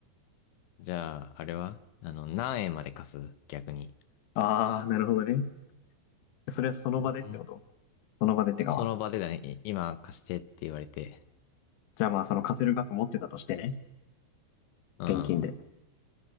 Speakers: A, on the left; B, on the left.
A: ー。じゃあ、あれはあの、何円まで貸す逆に。
B: ああ、なるほどね。それはその場でってこと
A: うん、
B: その場でってかまあ、
A: その場でだね。い今貸してって言われて。
B: じゃあまあその貸せる額持ってたとしてね。
A: うん。
B: 現金で。